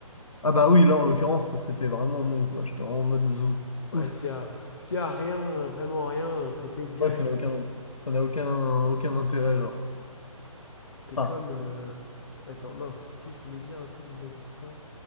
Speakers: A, on the left; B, on the left.
A: Ah bah oui, là en l'occurrence, c'était vraiment non quoi. J'étais vraiment en mode zoo
B: Ouais,
A: Oust.
B: s'il y a, s'il y a rien, euh, vraiment rien, euh, ça peut être galère.
A: Ouais, ça n'a aucun, ça n'a aucun, aucun intérêt, genre.
B: C'est
A: Ah,
B: comme. euh, Attends, mince, si je voulais dire un truc vis-à-vis de ça.